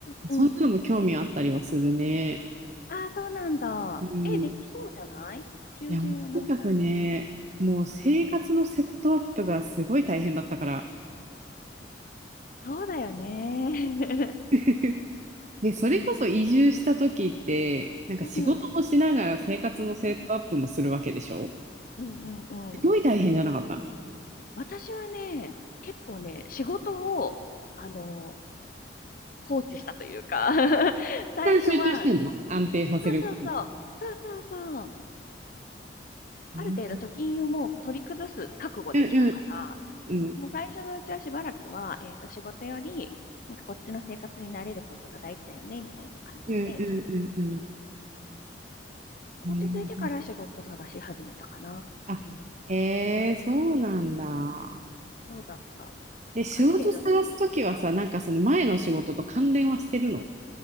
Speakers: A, on the left; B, on the right.
A: うんうん。
B: そんなのも興味あったりはするね。
A: ああ、そうなんだ。
B: うん。
A: え、できそうじゃない求人はない感じ。
B: いや、もうとにかくね、もう生活のセットアップがすごい大変だったから。
A: そうだよね。
B: <laughs> で、それこそ移住した時って、
A: <laughs> うん、
B: なんか仕事もしながら生活のセットアップもするわけでしょ
A: うん、うん、うん、うんうんうんうんうん
B: すごい大変じゃなかった
A: 私はね、結構ね、仕事を、あの、放置したというか <laughs> 最初は、
B: 一旦集中してんの安定させること。
A: そうそうそう、そうそうそう、
B: うん
A: ある程度貯金をもう取り崩す覚悟できたか
B: うんうん
A: ら、もう最初のうちはしばらくは、
B: うん
A: えっと、仕事より、なんかこっちの生活に慣れることが大事だよね、みたいな感じで、
B: うんうんうんうんうん
A: 自分的に落ち着いてから仕事探し始めたかな。
B: うんうん。あ、
A: うん。
B: へえ、そうなんだ。
A: どうだった
B: で、仕事探すときはさ、
A: ある程度、ちょ
B: なんかその前の仕事と関連はしてるの